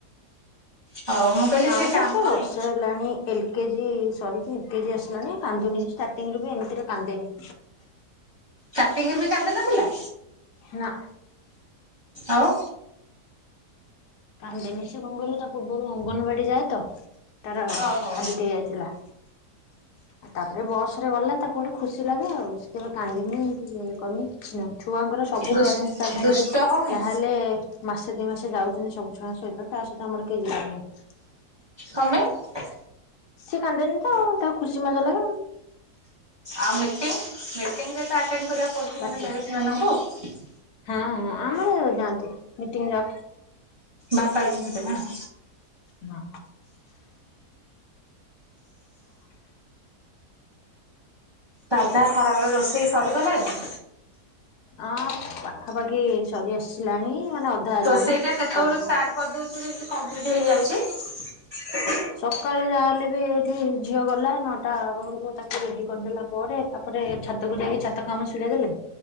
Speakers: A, on the right; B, on the left.
A: ହଉ ମୁଁ କହିଲି
B: ନାଇଁ,
A: କାନ୍ଦୁନି
B: ଲୋ ସେ ବର୍ଷେ, ହେଲାଣି ଏ କେଜି, ସରିକି ଇଉ, କେଜି, ଆସିଲାଣି। କାନ୍ଦୁନି ସେ, ଷ୍ଟାର୍ଟଙ୍ଗ ରୁ ବି, ଏମିତିରେ, ଵି କାନ୍ଦେନି।
A: ଷ୍ଟାର୍ଟଙ୍ଗି ରୁ ବି କାନ୍ଦୁ ନଥିଲା।
B: ନା
A: ଆଉ
B: କାନ୍ଦେନି ସେ କଣ କହିଲୁ ତା ପୂର୍ବରୁ ଅଙ୍ଗନବାଡି ଯାଏ ତ ତାର
A: ଓହୋ
B: ହାବିଟି ହେଇଯାଇଥିଲା। ଆ, ତାପରେ ବସ୍ ରେ ଗଲା ତାକୁ ଗୋଟେ ଖୁସି ଲାଗେ ଆଉ। କେବେ କାନ୍ଦିନି କି <unintelligible> କରନି କିଛି <unintelligible> ଛୁଆଙ୍କର ସବୁ
A: ଦୁଷ୍ଟ
B: ପ୍ୟାରେଣ୍ଟସ୍ ତା ସାଙ୍ଗରେ
A: ଦୁଷ୍ଟ ହଉନି
B: ଯାହାହେଲେ ମାସ ସେ ଦି ମାସେ ଯାଉଚନି ସବୁ ଛୁଆଙ୍କ ସହିତ ତା ସହିତ ଆମର କେଇ ଜିବାରନାହିଁ।
A: କଣ ପାଇଁ?
B: ସେ କାନ୍ଦେନି ତ ଆଉ ତାକୁ ଖୁସି ମଜା ଲାଗେ।
A: ଆଉ ମିଟିଂ ମିଟିଂରେ ତ ଆଟେଣ୍ଟ କରିବାକୁ ପଡୁଥୁବ
B: ବାଟି
A: ନା ପ୍ୟାରେନ୍ସ ମାନଙ୍କୁ?
B: ହଁ ହଁ ଆମର ଯାଆନ୍ତି, ମିଟିଂ ର
A: ବାପା ଯିନତେ ଧାଆଁ
B: ନା
A: ସାଧା ଖରା ବେଳ ରୋଷେଇ ସରିଗଲାଣି?
B: ଅଁ ପାଖାପାଖି ସରି ଆସିଲାଣି। ମାନେ ଅଧା ହେଲାଣି
A: ରୋଷେଇଟା କେତେବେଲଳୁ
B: ସରିଯିବ।
A: ଷ୍ଟାର୍ଟ କରିଦଉ ଚି ଯେମିତି କଂପ୍ଲିଟ୍ ହେଇଯାଉଛି।
B: ସକାଳେ ଯାହାହେଲେ ବି ଏଇଠି ଝିଅ ଗଲା ନଅଟା ବେଳକୁ ତାକୁ ରେଡି କରିଦେଲା ପରେ, ତାପରେ ଛାତକୁ ଯାଇକି ଛାତ କାମ ଛିଡେଇ ଦେଲେ